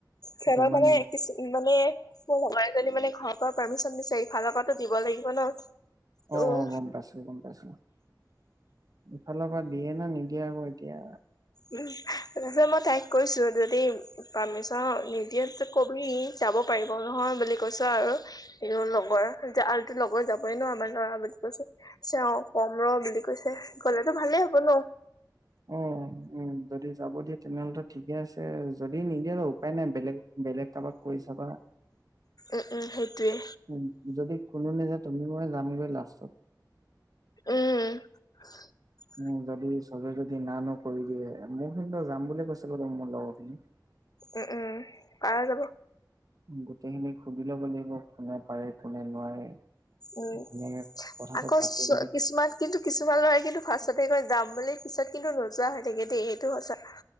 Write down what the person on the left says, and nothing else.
সিহঁতে
মানে, কিছু মানে, মোৰ লগৰ এজনী মানে ঘৰৰ পৰা পাৰ্মিচন দিছে, ইফালৰ পৰাতো দিব লাগিব ন? ত'
উ, যে মই তাইক কৈছো, যদি পাৰ্মিচন নিদিয়ে, তে কবি যাব পাৰিব নহয় বুলি কৈছো আৰু। আৰু লগৰ, আৰুতো লগৰ যাবই ন আমাৰ লৰা বুলি কৈছো, কৈছে অ', কম ৰ বুলি কৈছে। গ'লেতো ভালেই হব ন
উম উম সেইটোয়ে
উম।
উম -উম পাৰা যাব।
উম,
আকৌ
কিছুমান কিন্তু কিছুমান ল'ৰাই কিন্তু ফাৰ্ষ্টতে কয় যাম বুলি, পিছত কিন্তু নোযোৱা হৈ থাকে দেই সেইটো সঁচা